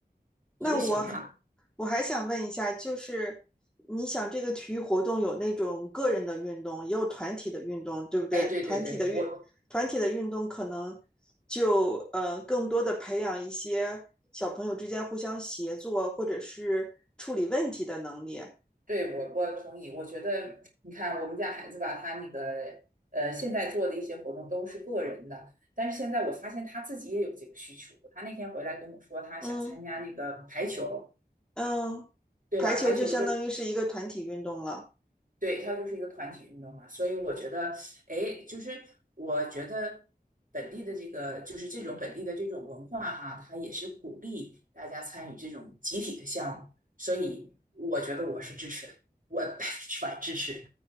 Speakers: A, in the centre; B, on the right.
A: 那我
B: 一个想法。
A: 我还想问一下，就是你想这个体育活动有那种个人的运动，也有团体的运动，对不对？
B: 哎，对对对，
A: 团体的运团体的运动可能就呃更多的培养一些小朋友之间互相协作或者是处理问题的能力。
B: 我对，我我同意。我觉得，你看我们家孩子吧，他那个呃，现在做的一些活动都是个人的，但是现在我发现他自己也有这个需求。他那天回来跟我说，他想参加那个排球，
A: 嗯嗯，
B: 对吧？
A: 排球就相当于是一个团体运动了。
B: 排球就对，他就是一个团体运动嘛。所以我觉得，哎，就是我觉得本地的这个，就是这种本地的这种文化哈，它也是鼓励大家参与这种集体的项目。所以我觉得我是支持的，我百分之百支持。